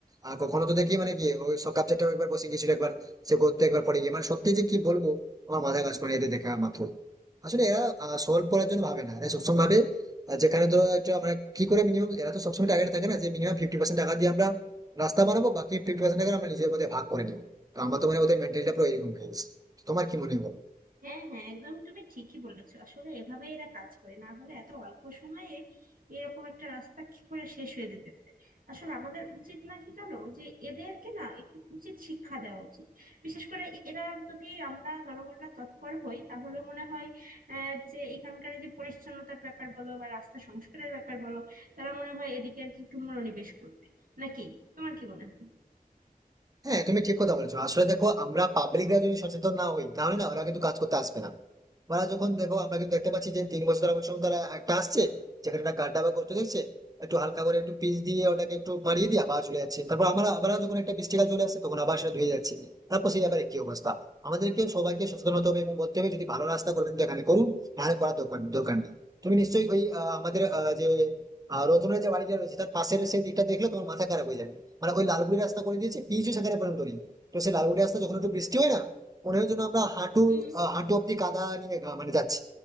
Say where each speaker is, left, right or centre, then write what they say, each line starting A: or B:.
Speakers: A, on the right; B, on the right.
A: আর কখনো তো দেখি মানে কি ওই সকাল চারটা একবার বসে গেছিল একবার সে করতে একবার পড়ে গিয়ে মানে সত্যি যে কি বলবো আমার মাথা কাজ করে না এদের দেখা মাত্র আসলে এরা সলভ করার জন্য ভাবে না এরা সবসময় ভাবে আহ, যেখানে ধরো একটা মানে কি করে মিনিমাম এরা তো সবসময় টার্গেট থাকে না যে মিনিমাম ফিফটি পার্সেন্ট টাকা দিয়ে আমরা রাস্তা বানাবো বাকি ফিফটি পার্সেন্ট টাকা আমরা নিজের মধ্যে ভাগ করে নেবো তো আমার তো মানে ওদের মেন্টালিটা পুরো এরকম হয়ে গেছে তো তোমার কি মনে হয় বলো?
B: হ্যাঁ হ্যাঁ একদম তুমি ঠিকই বলেছো আসলে এভাবে এরা কাজ করে না হলে এত অল্প সময়ে এরকম একটা রাস্তা কি করে শেষ হয়ে যেতে পারে আসলে আমাদের উচিত না কি জানো যে এদেরকে না একটু উচিত শিক্ষা দেওয়া উচিত বিশেষ করে এরা যদি আমরা জনগণরা তৎপর হই তাহলে মনে হয় আহ যে এখানকার এই যে পরিচ্ছন্নতার ব্যাপার বলো বা রাস্তা সংস্কারের ব্যাপার বলো তারা মনে হয় এদিকে আর কি একটু মনোনিবেশ করবে নাকি তোমার কি মনে হয়
A: হ্যাঁ তুমি ঠিক কথা বলছো আসলে দেখো আমরা পাবলিকরা যদি সচেতন না হই তাহলে না ওরা কিন্তু কাজ করতে আসবে না ওরা যখন দেখো আমরা কিন্তু দেখতে পাচ্ছি যে তিন বছর চার বছর তারা একটা আসছে যেখানে একটা গাড্ডা বা গর্ত দেখছে একটু হালকা করে একটু পিচ দিয়ে ওটাকে একটু মারিয়ে দিয়ে আবার চলে যাচ্ছে তারপর আমরা আবার যখন একটা বৃষ্টিকাল চলে আসছে তখন আবার সেটা ধুয়ে যাচ্ছে তারপর সেই ব্যাপারে কি অবস্থা আমাদেরকে সবাইকে সচেতন হতে হবে এবং বলতে হবে যদি ভালো রাস্তা করবেন তো এখানে করুন নাহলে করার দরকার দরকার নেই তুমি নিশ্চয়ই ওই আহ, আমাদের আহ, যে আহ, রতনের যে বাড়িটা রয়েছে তার পাশের সেই দিকটা দেখলে তোমার মাথা খারাপ হয়ে যাবে মানে ওই লালগুড়ি রাস্তা করে দিয়েছে পিচও সেখানে পর্যন্ত নেই তো সেই লালগুড়ি রাস্তা যখন একটু বৃষ্টি হয় না মনে হয় যেন আমরা হাঁটু
B: হুম
A: আহ, হাঁটু অব্দি কাদা নিয়ে গা- মানে যাচ্ছি